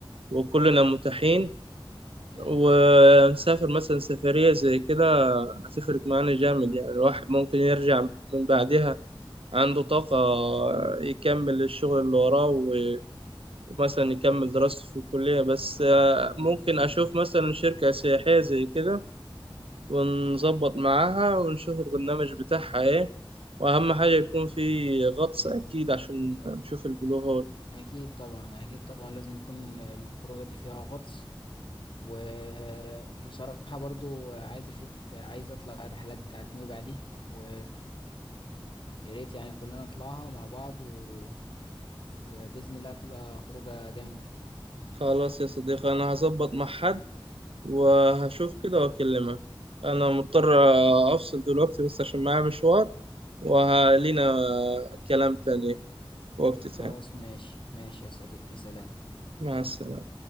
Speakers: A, on the right; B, on the left.
A: وكلنا متاحين
B: آه،
A: ونسافر مثلا سفرية زي كده هتفرق معانا جامد يعني الواحد ممكن يرجع من بعدها عنده طاقة يكمل الشغل اللي وراه و- ومثلا يكمل دراسته في الكلية بس
B: أنا
A: آه،
B: أنا موافق
A: ممكن
B: جدا
A: أشوف مثلا شركة سياحية زي كده ونظبط معاها ونشوف البرنامج بتاعها إيه وأهم حاجة يكون في غطس أكيد عشان نشوف البلو هول
B: أكيد طبعا أكيد طبعا لازم يكون الخروجة دي فيها غطس وبصراحة برضو عايز أشوف عايز أطلع الرحلات بتاعت نوبع دي و يا ريت يعني كلنا نطلعها مع بعض و... وبإذن الله تبقى خروجة جامدة
A: خلاص يا صديقي أنا هظبط مع حد وهشوف كده واكلمك انا مضطر افصل دلوقتي بس عشان معايا مشوار وهلينا كلام تاني في وقت
B: خلاص
A: تاني
B: ماشي ماشي يا صديقي سلام
A: مع السلامة